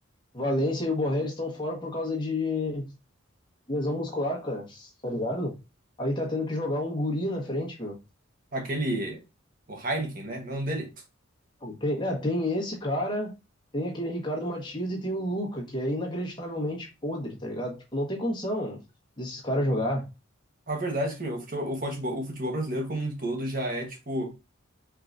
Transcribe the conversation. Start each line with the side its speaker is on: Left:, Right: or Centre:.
Left: Valência e o Borré, eles estão fora por causa de lesão muscular, cara, tá ligado? Aí tá tendo que jogar um guri na frente, meu.
Right: Aquele. O Heineken, né? Meu nome dele.
Left: Tem, né, tem esse cara, tem aquele Ricardo Matias e tem o Luca, que é inacreditavelmente podre, tá ligado? Tipo, não tem condição desses caras jogar.
Right: A verdade é que meu, o futebol, o futebol, o futebol brasileiro como um todo já é, tipo,